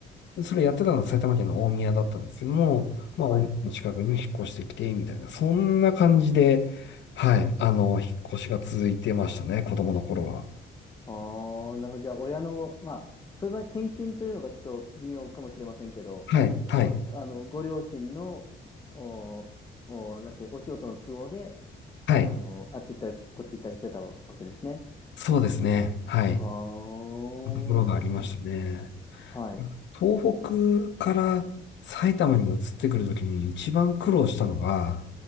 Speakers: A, on the left; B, on the left.
A: それやってたのは埼玉県の大宮だったんですけども、まあ、
B: はい。
A: 大宮の近くにも引っ越してきて、みたいな、そんな感じで、はい、あの、引っ越しが続いてましたね、子供の頃は。
B: ああ、なるほど。じゃあ、親の、まあ、そういう場合、転勤というのがちょっと微妙かもしれませんけど、
A: はい、はい、
B: まあ、あの、ご両親の、お、お、なんていう、お仕事の都合で、
A: はい。
B: あの、あっち行ったり、こっち行ったりしてたわけですね。
A: そうですね。はい。
B: はあ、
A: ところがありましたね。
B: な、はい、
A: 東北から埼玉に移ってくるときに一番苦労したのが、